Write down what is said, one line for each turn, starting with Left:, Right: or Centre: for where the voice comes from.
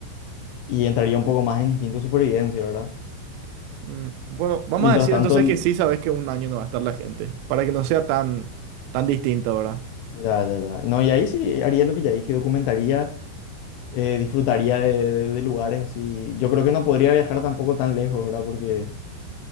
Left: y entraría un poco más en instinto de supervivencia, ¿verdad?
Right: Mm, Bueno, vamos
Left: Mientras
Right: a decir
Left: tanto,
Right: entonces
Left: l-
Right: que sí sabes que un año no va a estar la gente, para que no sea tan, tan distinto, ¿verdad?
Left: ya, ya, ya. No, y ahí sí haría lo que ya dije, documentaría, eh, disfrutaría de, de- de lugares así. Yo creo que no podría viajar tampoco tan lejos, ¿verdad? Porque,